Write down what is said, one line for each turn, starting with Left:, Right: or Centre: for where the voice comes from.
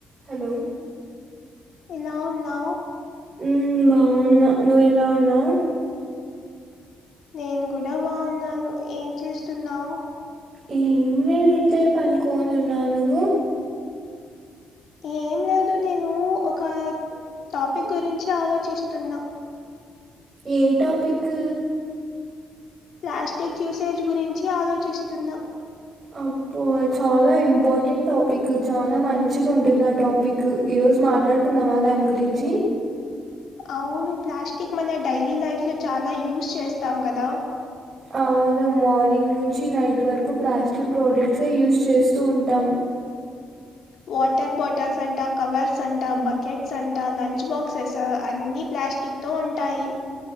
Right: Hello
Left: ఎలా ఉన్నావ్
Right: ఉమ్ బాగున్నా నువ్వు ఎలా ఉన్నావ్
Left: నేను కూడా బాగున్నాను ఏం చేస్తున్నావు
Right: ఏమి లేదు ఇట్లే పనుకోనీ ఉన్నా నువ్వు
Left: ఏం లేదు నేను ఒక టాపిక్ గురించి ఆలోచిస్తున్నా
Right: ఏ టాపిక్
Left: ప్లాస్టిక్ యూసేజ్ గురించి ఆలోచిస్తున్నా
Right: అబ్బో చాలా ఇంపార్టెంట్ టాపిక్ చాలా మంచిగా ఉంటుంది ఆ టాపిక్ ఈ రోజు మాట్లాడుకుందామా దాని గురించి
Left: అవును ప్లాస్టిక్ మన డైలీ లైఫ్ లో చాలా యూస్ చేస్తాం కదా
Right: అవును మార్నింగ్ నుంచి నైట్ వరకు ప్లాస్టిక్ ప్రోడక్ట్సే యూస్ చేస్తూ ఉంటాం
Left: వాటర్ బాటిల్స్ అంట కవర్స్ అంట బకెట్స్ అంట లంచ్ బాక్సెస్ అన్ని ప్లాస్టిక్ తో ఉంటాయి